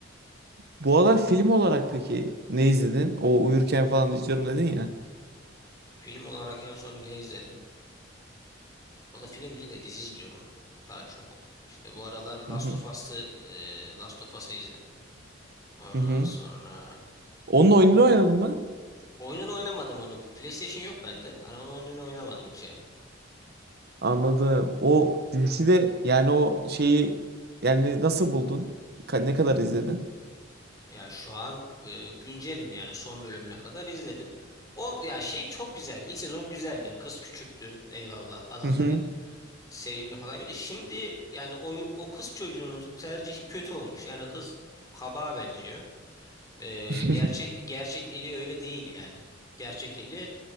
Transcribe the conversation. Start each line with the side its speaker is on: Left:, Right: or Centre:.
Right: Bu aralar film olarak peki ne izledin? O uyurken falan izliyorum dedin ya.
Left: Film olarak en son ne izledim? Valla film değil de dizi izliyorum. Daha çok. İşte bu aralar Last
Right: Hı hı.
Left: of Us'ı, e, Last of Us'ı izledim. Ondan
Right: Hı hı.
Left: sonra
Right: Onun oyununu oynadın mı?
Left: oyununu oynamadım onun. PlayStation yok bende. Hani onun oyununu oynamadım hiç yani.
Right: Anladım. O dizisi de yani o şeyi yani nasıl buldun? Ka- Ne kadar izledin?
Left: Ya şu an e, güncelim yani son bölümüne kadar izledim. On, ya şey çok güzel. İlk sezon güzeldi. Kız küçüktü. Eyvallah falan
Right: Hı hı.
Left: hani sevimli falan gördü. Şimdi yani o, o kız çocuğunun tercihi kötü olmuş. Yani kız kabağa benziyor. Ee,
Right: <laughs>
Left: gerçek gerçek Eli öyle değil yani. Gerçek Eli